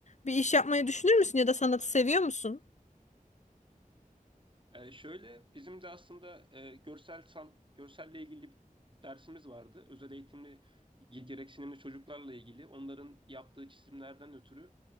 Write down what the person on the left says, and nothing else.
bir iş yapmayı düşünür müsün ya da sanatı seviyor musun?